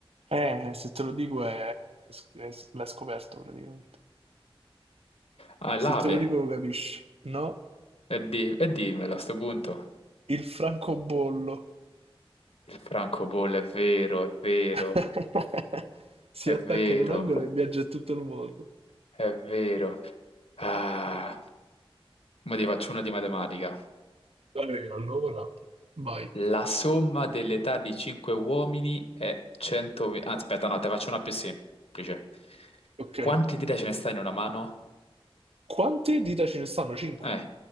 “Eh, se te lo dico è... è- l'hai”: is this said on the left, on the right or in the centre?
Right